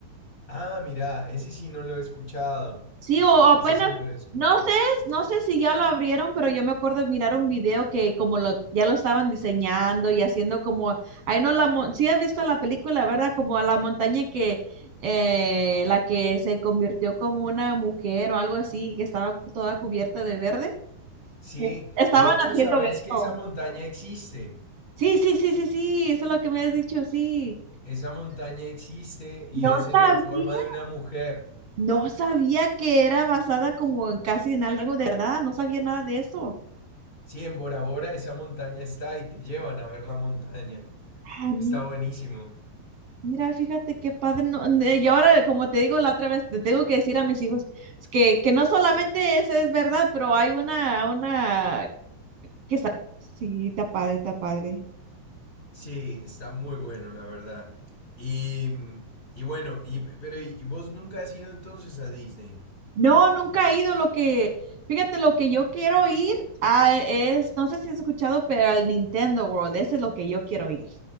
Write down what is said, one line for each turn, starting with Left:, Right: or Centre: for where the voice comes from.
Left: Ah, mira, ese sí no lo he escuchado,
Right: Sí, o apenas,
Left: ese sí no lo he escuchado.
Right: no sé, no sé si ya lo abrieron, pero yo me acuerdo de mirar un video que como lo, ya lo estaban diseñando y haciendo como, ahí no la, mon- sí has visto la película, ¿verdad? Como a la montaña que, eh, la que se convirtió como una mujer o algo así, que estaba toda cubierta de verde.
Left: Sí,
Right: Sí. Estaban
Left: de hecho,
Right: haciendo
Left: sabes
Right: eso.
Left: que esa montaña existe.
Right: Sí, sí, sí, sí, sí, eso es lo que me has dicho, sí.
Left: Esa montaña existe y
Right: No
Left: es
Right: sabía.
Left: en la forma de una mujer.
Right: No sabía que era basada como en casi en algo de verdad, no sabía nada de eso.
Left: Sí, en Bora Bora esa montaña está y te llevan a ver la montaña.
Right: Ah,
Left: Está
Right: mira,
Left: buenísimo.
Right: mira, fíjate qué padre. No, ne- y ahora, como te digo la otra vez, te tengo que decir a mis hijos es que, que no solamente es, es verdad, pero hay una, una que está. Sí, está padre, está padre.
Left: Sí, está muy bueno, la verdad. Y, y bueno, y, pero ¿y y vos nunca has ido entonces a Disney?
Right: No, nunca he ido. Lo que, fíjate, lo que yo quiero ir a, es, no sé si has escuchado, pero al Nintendo World, ese es lo que yo quiero ir.